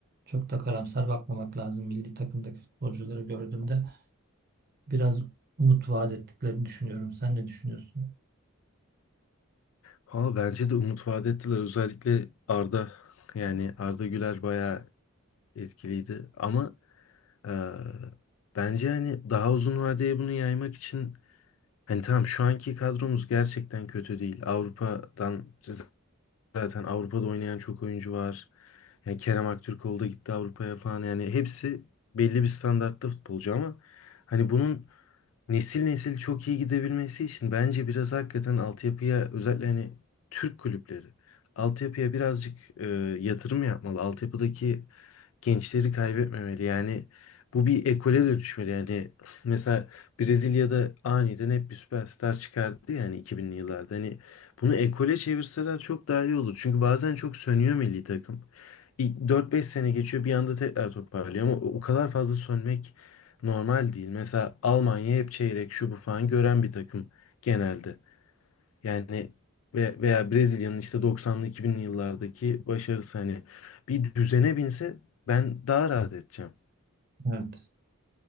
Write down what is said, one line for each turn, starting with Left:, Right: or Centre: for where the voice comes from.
Right: Çok da karamsar bakmamak lazım. Milli takımdaki futbolcuları gördüğümde biraz umut vaat ettiklerini düşünüyorum. Sen ne düşünüyorsun?
Left: Ha bence de umut vaat ettiler. Özellikle Arda yani Arda Güler bayağı etkiliydi. Ama eee, bence hani daha uzun vadeye bunu yaymak için hani tamam şu anki kadromuz gerçekten kötü değil. Avrupa'dan Zaten Avrupa'da oynayan çok oyuncu var. Yani Kerem Aktürkoğlu da gitti Avrupa'ya falan. Yani hepsi belli bir standartta futbolcu ama hani bunun nesil nesil çok iyi gidebilmesi için bence biraz hakikaten altyapıya özellikle hani Türk kulüpleri altyapıya birazcık e, yatırım yapmalı. Altyapıdaki gençleri kaybetmemeli. Yani bu bir ekole dönüşmeli. Yani <laughs> mesela Brezilya'da aniden hep bir süperstar çıkardı yani 2000'li yıllarda. Hani bunu ekole çevirseler çok daha iyi olur. Çünkü bazen çok sönüyor milli takım. İ- 4-5 sene geçiyor bir anda tekrar toparlıyor ama o o kadar fazla sönmek normal değil. Mesela Almanya hep çeyrek şu bu falan gören bir takım genelde. Yani ve veya Brezilya'nın işte 90'lı 2000'li yıllardaki başarısı hani bir düzene binse ben daha rahat edeceğim.
Right: Evet.